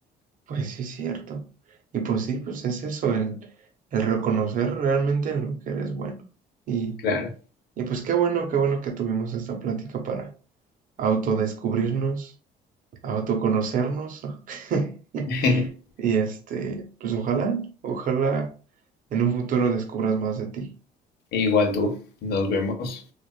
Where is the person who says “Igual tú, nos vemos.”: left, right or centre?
Left